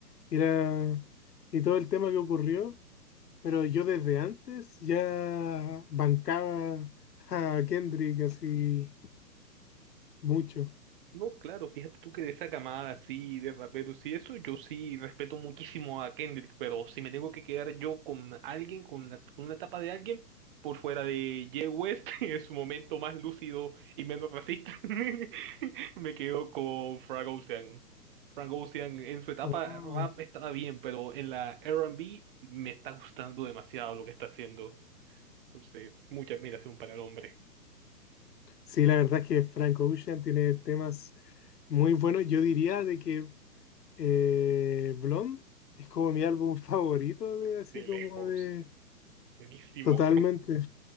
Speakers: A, on the left; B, on the right.
A: y, la- y todo el tema que ocurrió, pero yo desde antes ya bancaba a Kendrick así mucho.
B: No, claro, fíjate tú que de esa camada así de raperos y eso, yo sí respeto muchísimo a Kendrick, pero si me tengo que quedar yo con alguien, con la- con una etapa de alguien, por fuera de Ye West, <laughs> en su momento más lúcido y menos racista, <laughs> me quedo con Frank Ocean. Frank Ocean en su etapa
A: Oh.
B: rap estaba bien, pero en la R&B me está gustando demasiado lo que está haciendo. Entonces, mucha admiración para el hombre,
A: Sí, la verdad es que Frank Ocean tiene temas muy buenos, yo diría de que Eh, Blonde es como mi álbum favorito de así
B: de
A: como
B: lejos,
A: de
B: buenísimo.
A: totalmente.